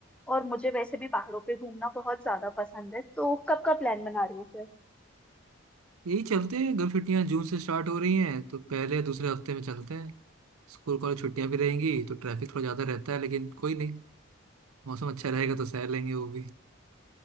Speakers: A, in the centre; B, on the right (about 80°).
A: और मुझे वैसे भी पहाड़ों पे घूमना बहुत ज्यादा पसंद है तो कब का प्लान बना रहे हो फिर
B: यही चलते हैं गर्म छुट्टियां जून से स्टार्ट हो रही हैं तो पहले दूसरे हफ्ते में चलते हैं स्कूल कॉलेज छुट्टियां भी रहेंगी तो ट्रैफिक थोड़ा ज़्यादा रहता है लेकिन कोई नहीं मौसम अच्छा रहेगा तो सह लेंगे वो भी